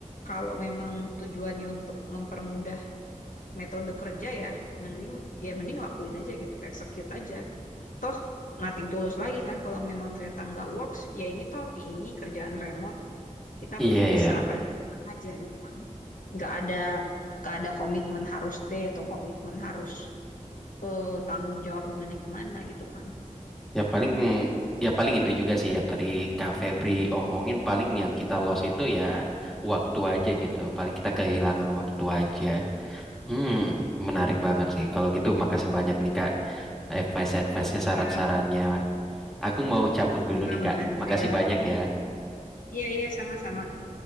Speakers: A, on the left (about 80°); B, in the centre.
A: kalau memang tujuannya untuk mempermudah metode kerja ya, mending ya mending lakuin aja gitu, execute aja. Toh nothing tulus lagi kan kalau memang ternyata nggak works, ya ini toh ini kerjaan remote, kita
B: Iya
A: bisa
B: ya,
A: pergi kemana aja gitu kan. Nggak ada nggak ada komitmen harus T atau komitmen harus eh, tanggung jawab gimana-gimana gitu kan.
B: yang paling ya paling itu juga sih yang tadi Kak Febri omongin paling yang kita lost itu ya waktu aja gitu. Paling kita kehilangan waktu aja. Hmm, menarik banget sih. Kalau gitu makasih banyak nih Kak. advice-advice-nya,
A: Siap-siap.
B: saran-sarannya. Aku mau cabut
A: Memang
B: dulu nih, Kak.
A: bantu
B: Makasih
A: ya.
B: banyak
A: Hmm.
B: ya.
A: Iya, iya, sama-sama. Nanti